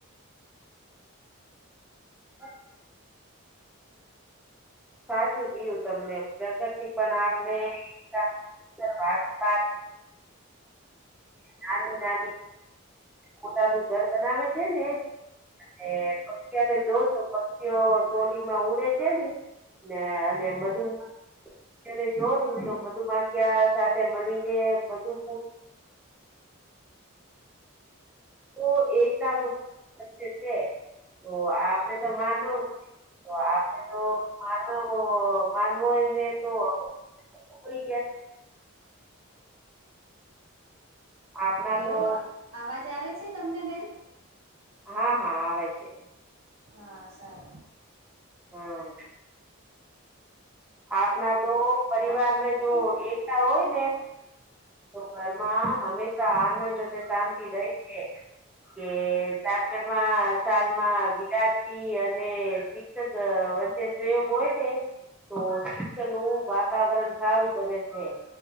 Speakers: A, in the centre; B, on the right (about 75°).
A: હ સાચું ગયું તમને પ્રગતિ પણ આપનેતા નાની નાની પોતાનું ઘર બનાવે છે ને અને પખી ને જો તો પક્ષીઓ ટોલીમાં ઉડે છે ને ને અને એ બધું ત જો તો મધું માક્યા સાથે મળીને બધું તો એકતા નું છે તો આપણે તો માનવ તો આપડે તો માનવ માનવો હોય ને તો હોઈય. આપણા
B: હેલો
A: તો
B: અવાજ આવે છે તમને બેન.
A: હા હા આવે છે.
B: હા સાર
A: હમ આપણા તો પરિવારમાં જો એકતા હોય ને તો ઘરમાં હંમેશા આનંદ અને શાંતિ રહેે છે. કે સાકળમાં શાલમાં વિદ્યાર્થી અને ક વચ્ચે સહયોગ હોય તે તો શિક્ષણ નું વાતાવરણ સારું બને છે